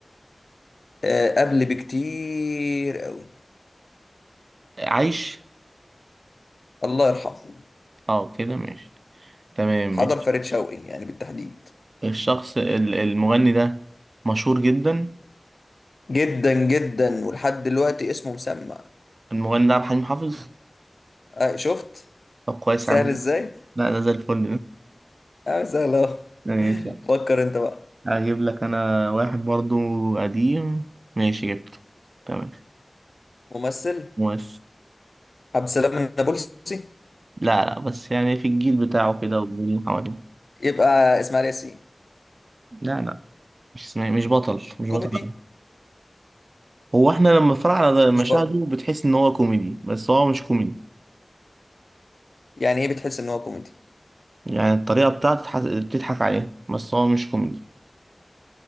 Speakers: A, on the left (about 80°); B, on the right (about 75°).
A: آه، قبل بكتير قوي
B: عايش
A: الله يرحمه
B: اه كده ماشي تمام
A: حضر
B: ماشي
A: فريد شوقي يعني بالتحديد
B: الشخص ال- المغني ده مشهور جدا
A: جدا جدا ولحد دلوقتي اسمه مسمع
B: المغني ده عبد الحليم حافظ
A: آه، شفت
B: طب كويس
A: سهل
B: يا عم
A: ازاي
B: لا ده زي الفل
A: اه سهل اهو <laughs>
B: <laughs> ماشي
A: فكر انت بقى
B: هجيب لك انا واحد برضو قديم ماشي جبته تمام
A: ممثل
B: بس
A: عبد السلام النابلسي
B: لا لا بس يعني في الجيل بتاعه كده والجيل اللي حواليه
A: يبقى اسماعيل ياسين
B: لا لا مش اسمه مش بطل مش
A: كوميدي
B: بطل أوي. هو احنا لما بنتفرج على
A: مش
B: مشاهده
A: بط
B: بتحس ان هو كوميدي بس هو مش كوميدي
A: يعني ايه بتحس ان هو كوميدي
B: يعني الطريقه بتاعته تح- بتضحك عليها بس هو مش كوميدي